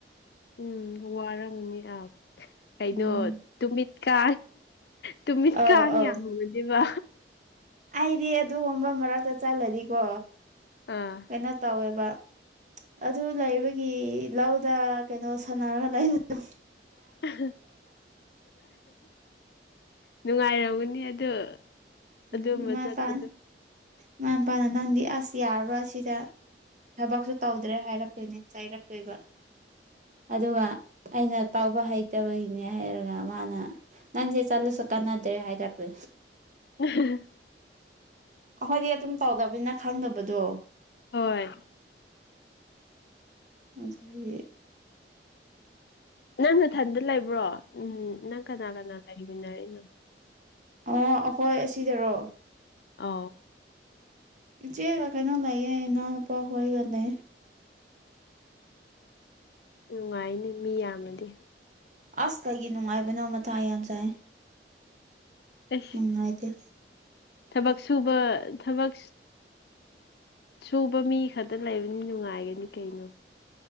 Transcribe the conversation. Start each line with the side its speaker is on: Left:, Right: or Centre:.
Left: ꯎꯝ ꯋꯥꯔꯝꯅꯤ ꯑ ꯀꯩꯅꯣ
Right: ꯎꯝ
Left: ꯇꯨꯃꯤꯠꯀ ꯇꯃꯤꯃꯤ
Right: ꯑꯧ
Left: ꯀꯥꯉ
Right: ꯑꯧ
Left: ꯌꯥꯉꯅꯦꯕ
Right: ꯑꯩꯗꯤ ꯑꯗꯨꯒꯨꯝꯕ ꯃꯔꯛꯇ ꯆꯠꯂꯗꯤꯀꯣ
Left: ꯑꯥ
Right: ꯀꯩꯅꯣ ꯇꯧꯋꯦꯕ ꯑꯗꯨ ꯂꯩꯕꯒꯤ ꯂꯧꯗ ꯀꯩꯅꯣ ꯁꯥꯟꯅꯔꯒ ꯂꯩꯕꯗ
Left: <unintelligible> ꯅꯨꯡꯉꯥꯏꯔꯝꯒꯅꯤ ꯑꯗꯨ
Right: ꯎꯝ
Left: ꯑꯗꯨꯝꯕ
Right: ꯏꯃꯥ
Left: ꯆꯠꯄꯗꯣ
Right: ꯏꯄꯥ ꯏꯃꯥ ꯏꯄꯥꯅ ꯅꯪꯗꯤ ꯑꯁ ꯌꯥꯔꯣ ꯁꯤꯗ ꯊꯕꯛꯁꯨ ꯇꯧꯗ꯭ꯔꯦ ꯍꯥꯏꯔꯛꯇꯣꯏꯅꯤ ꯆꯩꯥꯏꯔꯛꯇꯣꯏꯕ ꯑꯗꯨꯒ ꯑꯩꯅ ꯇꯥꯎꯕ ꯍꯩꯇꯕꯒꯤꯅꯦ ꯍꯥꯏꯩꯔꯒ ꯃꯥꯅ ꯅꯪꯁꯦ ꯆꯠꯂꯁꯨ ꯀꯥꯟꯅꯗ꯭ꯔꯦ ꯍꯥꯏꯔꯛꯄꯦ
Left: <unintelligible>
Right: ꯑꯩꯈꯣꯏꯗꯤ ꯑꯗꯨꯝ ꯇꯧꯗꯕꯅꯤꯅ ꯈꯪꯗꯕꯗꯣ
Left: ꯍꯣꯏ
Right: ꯃ ꯑꯗꯨ
Left: ꯅꯪꯁꯨꯊꯟꯗ ꯂꯩꯕ꯭ꯔꯣ ꯎꯝ ꯅꯪ ꯀꯅꯥ ꯀꯅꯥ ꯂꯩꯃꯤꯅꯅꯣ
Right: ꯑꯣ ꯑꯩꯈꯣꯏ ꯑꯁꯤꯗꯔꯣ
Left: ꯑ
Right: ꯏꯆꯦ ꯀꯩꯅꯣ ꯂꯩꯌꯦꯦ ꯏꯅꯥꯎꯅꯄꯥ ꯍꯒꯂꯦ
Left: ꯅꯨꯡꯉꯥꯏꯅꯦ ꯃꯤ ꯌꯥꯝꯅꯗꯤ
Right: ꯑꯁ ꯀꯩꯒꯤ ꯅꯨꯡꯉꯥꯏꯕꯅꯣ ꯃꯊꯥ ꯌꯥꯝ ꯆꯥꯏ
Left: ꯑꯁ
Right: ꯎꯉꯥꯏꯗꯤꯦ
Left: ꯊꯕꯛ ꯁꯨꯕ ꯊꯕꯛ ꯁꯨꯕ ꯃꯤ ꯈꯛꯇ ꯂꯩꯕꯅꯤ ꯅꯨꯡꯉꯥꯏꯒꯅꯤ ꯀꯩꯅꯣ